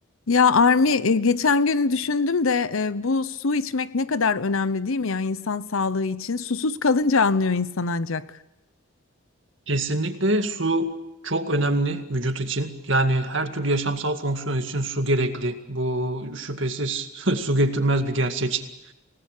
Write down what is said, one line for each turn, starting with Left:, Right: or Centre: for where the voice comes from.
Left: Ya Armi e, geçen gün düşündüm de e, bu su içmek ne kadar önemli değil mi ya insan sağlığı için? Susuz kalınca anlıyor insan ancak.
Right: Kesinlikle su çok önemli vücut için. Yani her türlü yaşamsal fonksiyon için su gerekli. Bu şüphesiz <laughs> su getirmez bir gerçek.